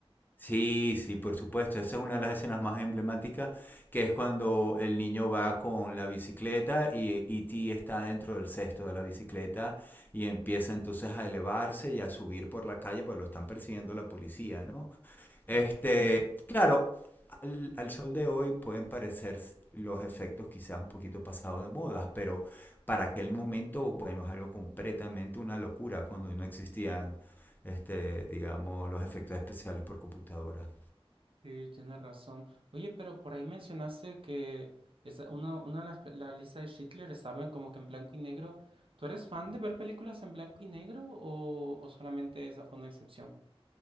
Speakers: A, on the left (about 20°); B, on the right (about 60°).
A: sí, sí, por supuesto. Esa es una de las escenas más emblemáticas, que es cuando el niño va con la bicicleta y E.T. está dentro del cesto de la bicicleta y empieza entonces a elevarse y a subir por la calle, pues lo están persiguiendo la policía, ¿no? Este, claro, al, al sol de hoy pueden parecer s- los efectos quizás un poquito pasados de moda, pero para aquel momento, bueno, es algo completamente una locura cuando no existían, este, digamos, los efectos especiales por computadora.
B: Sí, tienes razón. Oye, pero por ahí mencionaste que esa- una, una de las pe- la lista de Schindler estaba en como que en blanco y negro. ¿Tú eres fan de ver películas en blanco y negro o, o solamente esa fue una excepción?